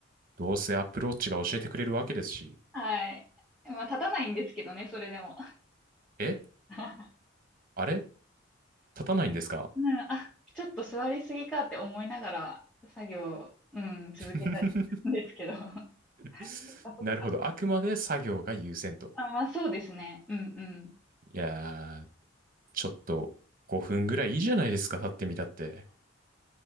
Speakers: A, on the right (about 45°); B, in the centre.
A: どうせアップローチが教えてくれるわけですし。
B: はい。まあ、立たないんですけどね、それでも。
A: え
B: <laughs>
A: あれ立たないんですか
B: うん、あ、ちょっと座りすぎかって思いながら作業、うん、続けたりするんですけど。
A: <laughs>
B: <laughs>
A: <laughs>
B: あそっか
A: なるほど。あくまで作業が優先と。
B: あまあそうですね。うんうん。
A: いやー、ちょっと5分ぐらいいいじゃないですか。立ってみたって。